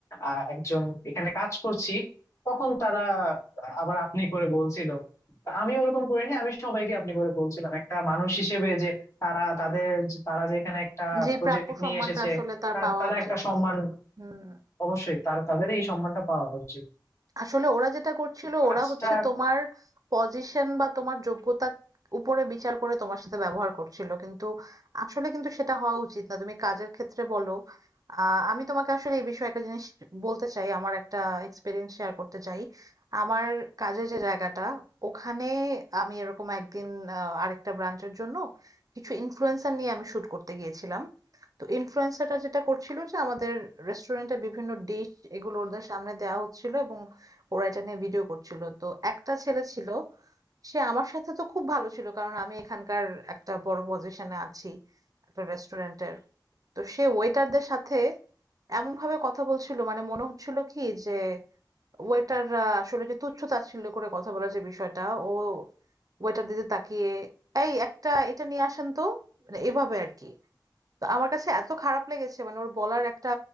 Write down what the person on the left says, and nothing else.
আহ, একজন এখানে কাজ করছি তখন তারা আবার আপনি করে বলছিল তা আমি ওরকম করিনি আমি সবাইকে আপনি করে বলছিলাম একটা মানুষ হিসেবে যে তারা তাদের তারা যে এখানে একটা
প্রজেক্ট
নিয়ে এসেছে
তার
তারা
একটা সম্মান
অবশ্যই তার তাদের এই সম্মানটা পাওয়া উচিত
কাজটা